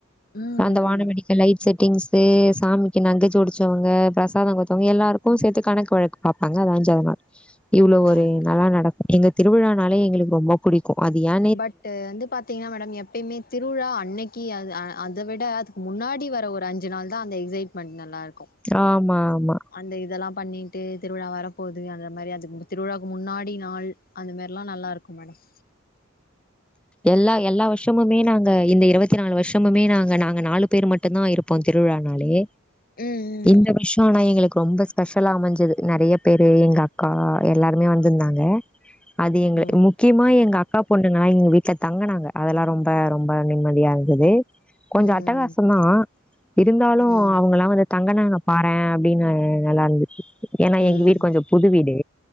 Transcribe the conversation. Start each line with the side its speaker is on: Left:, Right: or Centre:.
Left: ம்
Centre: அந்த வானவெடிக்க
Left: ம்
Centre: லைட் செட் திங்ஸ்சு சாமிக்கு நகஜோடிச்சவங்க பிரசாதம் குடுத்தவங்க எல்லாருக்கும் சேத்து கணக்கு வழக்கு பாப்பாங்க அதா அஞ்சாவ்து நாள் இவ்ளோ ஒரு
Left: ஓகே
Centre: நல்லா நடக்கும் எங்க திருவிழானாலே எங்களுக்கு ரொம்ப புடிக் கு அது ஏன்
Left: பட்டு வந்து பாத் த்திங்ன்னா மேடம் எப்பயுமே திருவிழா அன்னைக்கு அத விட அதுக்கு முன்னாடி வர ஒரு அஞ்சு நாள் தா அந்த எக்ஸைட் மண்ணலா இருக்கும்
Centre: ஆமா ஆமா
Left: அந்த இதெல்லா பண்ணிட்டு திருவிழா வரப்போது அந்த மாரி அதுக்கு திருவிழாக்கு முன்னாடி நாள் அந்த மாரிலா நல்லா இருக்கும் மேடம்
Centre: எல்லா எல்லா வருஷமுமே நாங்க இந்த இருவத்தி நாலு வருஷமுமே நாங்க நாங்க நாலு பேரு மட்டும்தா இருப் ப்போம் திருவிழானாலே
Left: ம்
Centre: இந்த வ ர்ஷோ தா எங்களுக்கு ரொம்ப ஸ்பெஷலா அமஞ்சது நறைய பேரு எங்க அக்கா எல்லாருமே வந்திருந்தாங்க அது எங்கள
Left: ம்.
Centre: முக்கியமா எங்க அக்கா பொண் ணு எங்க வீட்ல தங்கனாங்க அதெல்லா ரொம்ப ரொம்ப நிம்மதியா இருந்தது கொஞ்சோ
Left: ம்
Centre: அட்டகாசம் தா இருந்தாலு
Left: ம்
Centre: அவங்கலா வ தங்கனாங்க பாறே அப்டின்னு நல்லா இருந்து ஏன்னா
Left: ம் ம்
Centre: எங்க வீடு கொஞ்சோ புது வீடு